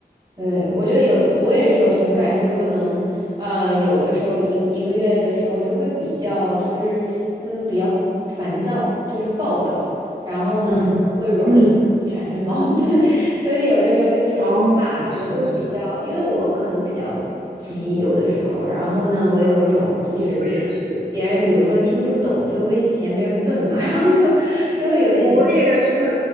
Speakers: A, on the right; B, on the right.
A: 对，我觉得有，我也是有同感，就可能呃，有的时候一个一个月的时候就会比较就是嗯比较烦躁，就是暴躁，然后呢就会容易产生矛盾，
B: 嗯嗯，
A: <laughs> 所以有的时候就是说话啊什么就比较，
B: 哦，是的，是的，
A: 因为我可能比较急，有的时候，然后呢，我有一种就是
B: 对，我也是。
A: 别人比如说听不懂，我就会嫌别人笨嘛，<laughs> 然后就就会有点
B: 我也是，